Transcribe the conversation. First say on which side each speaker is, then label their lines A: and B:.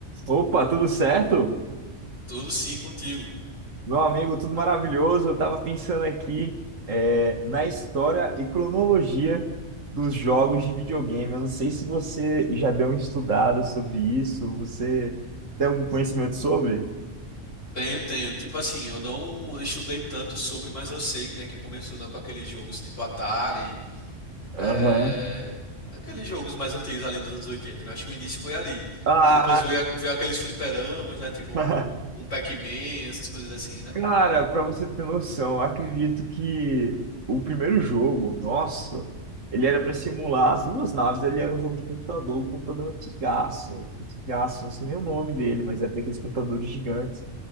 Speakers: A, on the right; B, on the left.
A: Opa, tudo certo?
B: Tudo sim contigo.
A: Meu amigo, tudo maravilhoso. Eu estava pensando aqui é, na história e cronologia dos jogos de videogame. Eu não sei se você já deu uma estudada sobre isso. Você tem algum conhecimento sobre?
B: Tenho, tenho. Tipo assim, eu não estudei tanto sobre, mas eu sei, né, que começou né, com aqueles jogos tipo Atari, é,
A: Aham.
B: aqueles jogos mais antigos ali nos anos oitenta né? Acho que o início foi ali.
A: Ah,
B: Aí depois veio, a- veio aqueles fliperamas, né, tipo
A: <laughs>
B: o- com Pac-Man, essas coisas assim, né?
A: Cara, pra você ter noção, eu acredito que o primeiro jogo, nossa, ele era pra simular duas naves, ele era um jogo de computador, um computador antigaço, antigaço, não sei nem o nome dele, mas era daqueles computadores gigantes.